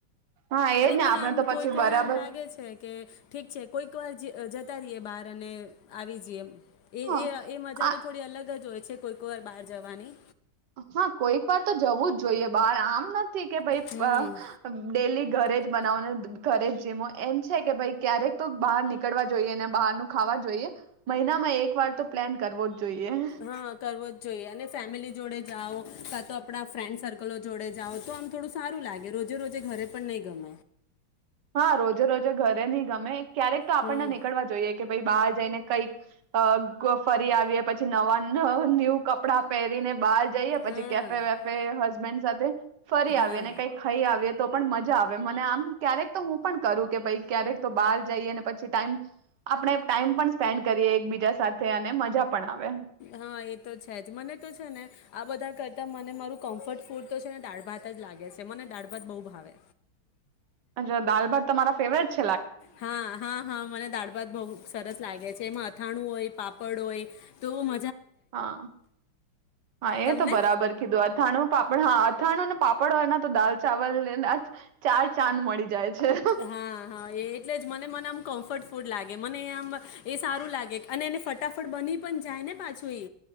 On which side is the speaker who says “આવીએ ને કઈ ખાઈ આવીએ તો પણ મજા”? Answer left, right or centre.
Right